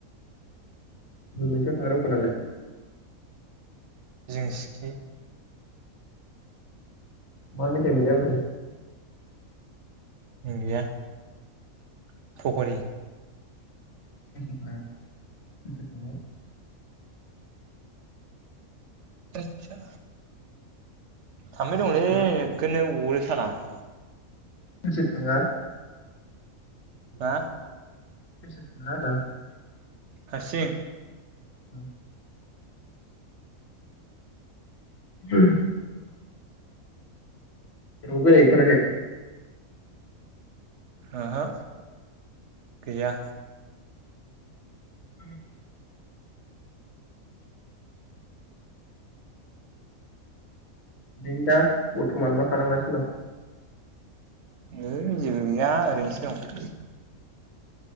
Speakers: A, on the left; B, on the right.
A: अबे मोनसेयाव थाङा दखानालाय
B: जिंसिखि
A: मा मेथाइ मोनजाबोखो
B: <unintelligible> फखरि
A: <unintelligible>
B: आदचा थामै दंलैनै
A: सोर थाङा
B: नोगोरनो <unintelligible>
A: सोर सोर थाङा
B: हा
A: सोर सोर थाङा होनदां
B: हारसिं
A: <unintelligible> <unintelligible> जेरावबो बेरायहैथाराखै
B: ओहो गैया
A: <unintelligible> बेनो दा बरथमान मा खालामगासिनो दं
B: ओइ जेबो गैया ओरैनोसो दं